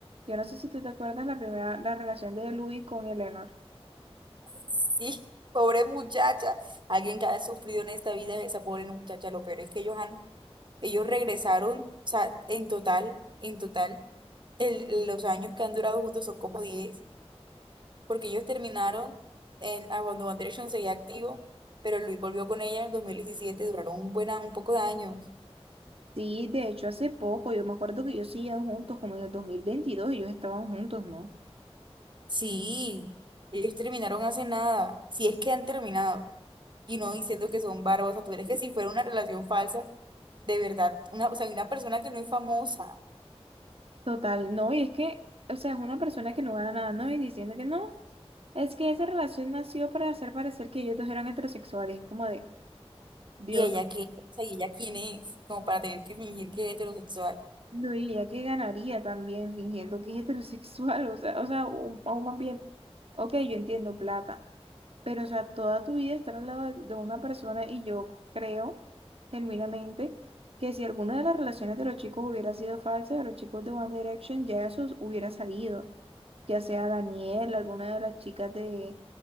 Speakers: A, on the right; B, on the right.
A: yo no sé si tú te acuerdas la primera, la relación de Luis con Eleanor.
B: Sí, pobre muchacha, alguien que ha sufrido en esta vida es esa pobre muchacha, lo peor es que ellos han, ellos regresaron, o sea, en total, en total, el- los años que han durado juntos son como 10, porque ellos terminaron en, a cuando One Direction seguía activo, pero Luis volvió con ella en el 2017, duraron un buen, un poco de años.
A: Sí, de hecho, hace poco, yo me acuerdo que ellos seguían juntos, como en el 2022, ellos estaban juntos, ¿no?
B: Sí, ellos terminaron hace nada, si es que han terminado, y no diciendo que son bárbaros, o sea, tú eres que si fuera una relación falsa, de verdad, una, o sea, una persona que no es famosa,
A: Total, no, y es que, o sea, es una persona que no gana nada, ¿no? Y diciendo que no, es que esa relación nació para hacer parecer que ellos dos eran heterosexuales, como de, Dios,
B: y ella qué, o sea, y ella quién es, como para tener que fingir que es heterosexual.
A: no, y ella que ganaría también fingiendo que es heterosexual, o sea, o sea, o- aún más bien, ok, yo entiendo plata. Pero, o sea, toda tu vida estar al lado de, de una persona y yo creo genuinamente que si alguna de las relaciones de los chicos hubiera sido falsa, de los chicos de One Direction, ya eso hubiera salido, ya sea Daniel, alguna de las chicas de,